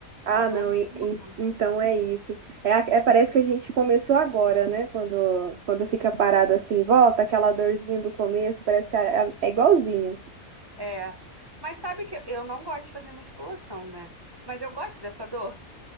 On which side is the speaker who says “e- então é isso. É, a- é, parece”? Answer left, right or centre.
Right